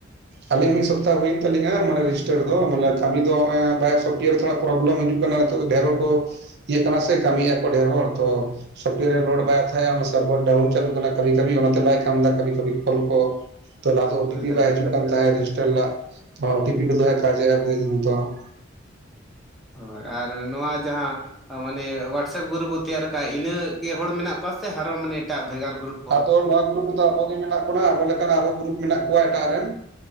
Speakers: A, on the right (about 55°); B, in the centre.
A: ᱟᱞᱤᱧ ᱢᱤᱫ ᱥᱚᱯᱛᱟᱦ ᱦᱩᱭᱮᱱ ᱛᱟᱞᱤᱧᱟ ᱢᱟᱱᱮ ᱨᱮᱡᱤᱥᱴᱟᱨ ᱫᱚ ᱠᱟᱹᱢᱤ ᱫᱚ
B: <inaudible>
A: ᱥᱚᱯᱨᱤᱭᱚ ᱨᱮ ᱛᱷᱚᱲᱚ ᱯᱨᱚᱵᱞᱮᱢ ᱦᱤᱡᱩᱜ ᱠᱟᱱᱟ ᱱᱤᱛᱚᱜ ᱫᱚ ᱰᱷᱮᱨ ᱦᱚᱲ ᱠᱚ ᱤᱭᱟᱹᱜ ᱠᱟᱱᱟ ᱥᱮ ᱠᱟᱹᱢᱤᱭᱮᱜᱼᱟ ᱠᱚ ᱰᱷᱮᱨ ᱦᱚᱲ ᱛᱚ ᱥᱚᱯᱴᱴᱚᱭᱟᱨ
B: ᱚ
A: ᱨᱮ ᱞᱳᱰ
B: ᱦᱚᱸ
A: ᱵᱟᱭ ᱦᱟᱛᱟᱭᱮᱜᱼᱟ ᱚᱱᱟ ᱥᱟᱨᱵᱷᱟᱨ ᱰᱟᱣᱩᱱ ᱪᱟᱹᱞᱩ ᱠᱟᱱᱟ ᱠᱟᱹᱵᱷᱤ ᱠᱟᱹᱵᱷᱤ ᱚᱱᱟᱛᱮ ᱵᱟᱭ ᱠᱟᱢ ᱮᱫᱟ ᱠᱟᱹᱵᱷᱤ ᱠᱟᱹᱵᱷᱤ ᱠᱚᱞ ᱠᱚ ᱛᱚ ᱞᱟᱦᱟ ᱫᱚ ᱳᱴᱤᱯᱤ
B: ᱦᱩᱭ ᱫᱟᱲᱮᱭᱟᱜᱼᱟ
A: ᱵᱟᱭ ᱦᱤᱡᱩᱜ ᱠᱟᱱ ᱛᱟᱸᱦᱮ ᱨᱮᱡᱤᱥᱴᱟᱨ ᱞᱟᱜ ᱳᱴᱤᱯᱤ ᱠᱚᱫᱚ ᱠᱟᱡᱮᱜ ᱟᱭ <unintelligible>
B: ᱦᱳᱭ ᱟᱨ ᱱᱚᱣᱟ ᱡᱟᱦᱟᱸ ᱢᱟᱱᱮ ᱦᱳᱣᱟᱴᱥᱮᱯ ᱜᱩᱨᱩᱯ ᱵᱚ ᱛᱮᱭᱟᱨ ᱠᱟᱜᱼᱟ ᱤᱱᱟᱹᱜ ᱜᱮ ᱦᱚᱲ ᱢᱮᱱᱟᱜ ᱠᱚᱣᱟ ᱥᱮ ᱟᱨᱚ ᱢᱟᱱᱮ ᱮᱴᱟᱜ ᱵᱷᱮᱜᱟᱨ ᱜᱩᱨᱩᱯ
A: ᱟᱫᱚ ᱱᱚᱣᱟ ᱜᱨᱩᱯ ᱨᱮᱫᱚ ᱟᱵᱚ ᱜᱮ ᱢᱮᱱᱟᱜ ᱵᱚᱱᱟ ᱟᱵᱚ ᱞᱮᱠᱟᱱ ᱟᱨᱚ ᱜᱨᱩᱯ ᱢᱮᱱᱟᱜ ᱠᱚᱣᱟ ᱮᱴᱟᱜ ᱨᱮᱱ